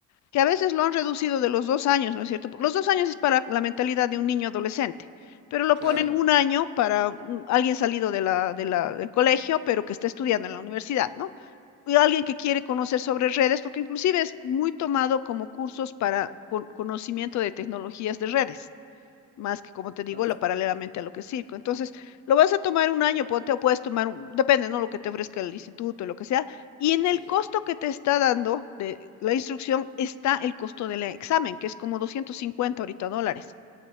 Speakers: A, on the left; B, on the right.
A: que a veces lo han reducido de los dos años, ¿no es cierto? Los dos años es para la mentalidad de un niño adolescente, pero lo
B: Claro.
A: ponen Ujú. un año para mm, alguien salido de la, de la, del colegio, pero que está estudiando en la universidad, ¿no? y alguien que quiere conocer sobre redes, porque inclusive es muy tomado como cursos para con- conocimiento de tecnologías de redes, más que, como te digo,
B: ahí va.
A: la paralelamente a lo que es circo. Entonces, lo vas a tomar un año, ponte, o puedes tomar, un- depende, ¿no? Lo que te ofrezca el instituto, lo que sea, y en
B: Sí,
A: el
B: sí.
A: costo que te está dando de la instrucción está el costo del examen, que es como 250 ahorita dólares.